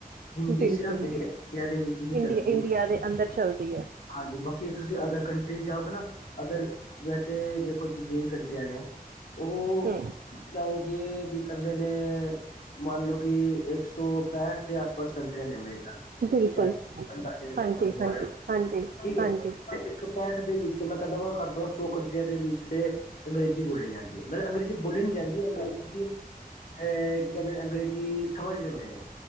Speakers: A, on the left; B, on the right.
A: ਹਿੰਦੀ
B: ਬਿਲਕੁਲ
A: ਸਿਰਫ ਇੰਡੀ ਇੰਡੀਆ ਦੇ ਵਿੱਚ ਨੀ
B: ਇੰਡੀਆ
A: ਚੱਲਦੀ
B: ਇੰਡੀਆ
A: ਹੈ।
B: ਦੇ ਅੰਦਰ ਚੱਲਦੀ ਹੈ
A: ਹਾਂਜੀ ਬਾਕੀ ਤੁਸੀਂ ਅਦਰ ਕੰਟਰੀਜ਼ ਜਾਔਗੇ ਨਾ ਅਦਰ ਵੈਸੇ ਦੇਖੋ ਜਿੰਨੀਆਂ ਵੀ ਕੰਟਰੀਆਂ ਨੇ, ਔ
B: ਹਮ
A: ਤੁਸੀਂ ਲਓਗੇ ਕਹਿੰਦੇ ਨੇ ਮੰਨ ਲੋ ਕਿ ਇੱਕ ਸੌ ਪੈਂਹਠ ਦੇ ਆਸ ਪਾਸ ਕੰਟਰੀਆਂ ਨੇ ਮੇਰੇ ਖਿਆਲ
B: ਬਿਲਕੁਲ
A: ਸ਼ਾਇਦ ਅੰਦਾਜ਼ੇ ਦੇ ਹਿਸਾਬ
B: ਹਾਂਜੀ
A: ਨਾਲ ਬੋਲ
B: ਹਾਂਜੀ
A: ਰਿਹੇ,
B: ਹਾਂਜੀ
A: ਠੀਕ ਹੈ
B: ਹਾਂਜੀ
A: ਤੇ ਦੇ ਵਿੱਚੋਂ ਮੈਂ ਕਹਿੰਦਾ ਵਾ ਘੱਟ ਤੋਂੱ ਸੌ ਕੰਟਰੀਆਂ ਦੇ ਵਿੱਚ ਤੇ ਅੰਗਰੇਜ਼ੀ ਬੋਲੀ ਜਾਂਦੀ ਹੈ ਮ ਅੰਗਰੇਜ਼ੀ ਬੋਲੀ ਨ ਜਾਂਦੀ ਅੰਗਰੇਜ਼ੀ। ਇਹ ਕੀ ਕਹਿੰਦੇ ਅੰਗਰੇਜ਼ੀ ਸਮਝ ਲੈਂਦੇ ਨੇ।